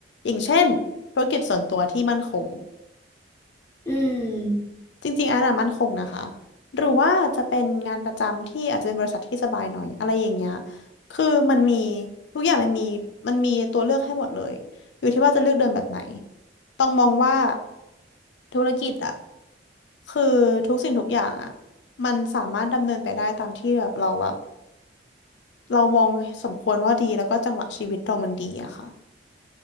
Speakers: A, on the left; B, on the left.
A: อย่างเช่นธุรกิจส่วนตัวที่มั่นคง
B: อืม
A: จริงๆอันน่ะมั่นคงนะคะหรือว่าจะเป็นงานประจำที่อาจจะเป็นบริษัทที่สบายหน่อยอะไรอย่างเงี้ยคือมันมีทุกอย่างมันมีมันมีตัวเลือกให้หมดเลยอยู่ที่ว่าจะเลือกเดินแบบไหนต้องมองว่า ธุรกิจอะคือทุกสิ่งทุกอย่างอะมันสามารถดำเนินไปได้ตามที่แบบเราแบบเรามองสมควรว่าดีแล้วก็จังหวะชีวิตเรามันดีอะค่ะ